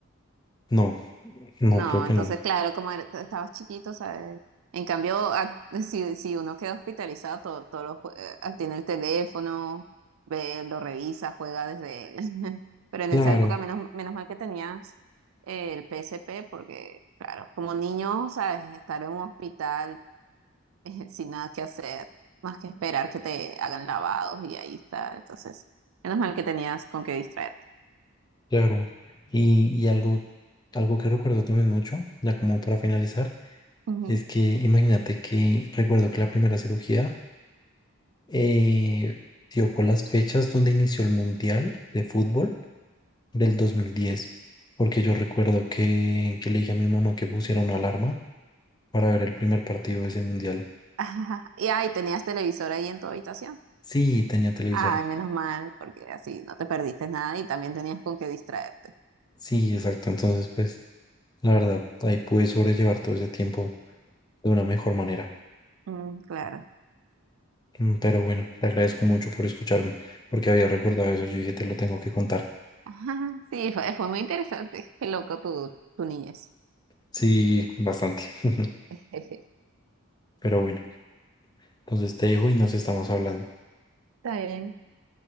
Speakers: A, on the left; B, on the right.
A: No, no,
B: No,
A: creo que
B: entonces,
A: no.
B: claro, como era- estabas chiquito, ¿sabes? En cambio, ac- si, si uno queda hospitalizado, todo, todo lo, jue- eh, tiene el teléfono, ve, lo revisa, juega desde él. <laughs> Pero en
A: Claro,
B: esa época, menos, menos mal que tenías eh, el P, S P, porque, claro, como niño, ¿sabes? Estar en un hospital <laughs> eh, sin nada que hacer, más que esperar que te hagan lavados y ahí está. Entonces, menos mal que tenías con qué distraerte.
A: claro. Y, y algo, algo que recuerdo también mucho, ya como para finalizar
B: Ujú.
A: Es que imagínate que recuerdo que la primera cirugía eh, dio por las fechas donde inició el Mundial de Fútbol del dos mil diez porque yo recuerdo que, que le dije a mi mamá que pusiera una alarma para ver el primer partido de ese Mundial.
B: <laughs> Ajá. Y ahí tenías televisor ahí en tu habitación.
A: Sí, tenía televisor.
B: Ay, menos mal, porque así no te perdiste nada y también tenías con qué distraerte.
A: Sí, exacto. Entonces, pues, la verdad, ahí pude sobrellevar todo ese tiempo de una mejor manera.
B: Mm, claro.
A: Mm, Pero bueno, te agradezco mucho por escucharme, porque había recordado eso. Yo dije, te lo tengo que contar.
B: <laughs> Ajá. Sí, fue, fue muy interesante. Qué loco tu, tu niñez.
A: Sí, bastante. <laughs>
B: <laughs>
A: Pero bueno. Entonces te dejo y nos estamos hablando.
B: Está bien.